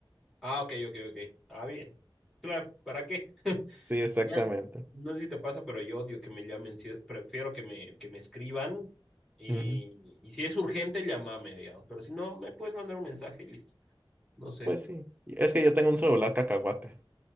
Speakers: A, in the centre; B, on the right.
A: Ah, ok, ok, ok. Ah, bien. Claro, ¿para qué?
B: Sí, exactamente.
A: Ya, no sé si te pasa, pero yo odio que me llamen, sí, prefiero que me, que me escriban y,
B: Ujú.
A: y si es urgente, llámame, digamos, pero si no, me puedes mandar un mensaje y listo. No sé.
B: Pues sí, es que yo tengo un celular cacahuate.